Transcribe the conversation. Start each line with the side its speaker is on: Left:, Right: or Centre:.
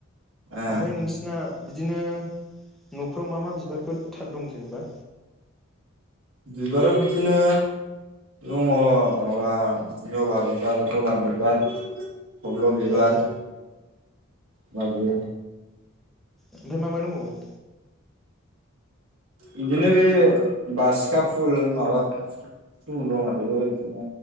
Right: ओ
Centre: ओमफ्राय नोंसिना बिदिनो न'फ्राव मा मा बिबारफोर था दं जेनेबा?
Right: बिबाराव बिदिनो दङ माबा जबा बिबार गलाब बिबार थब्ल' बिबार
Centre: औ
Right: माबियो
Centre: ओमफाय मा मा दंबावयो?
Right: इदिनो बे बासिखा फुल माबा <unintelligible> इदिनो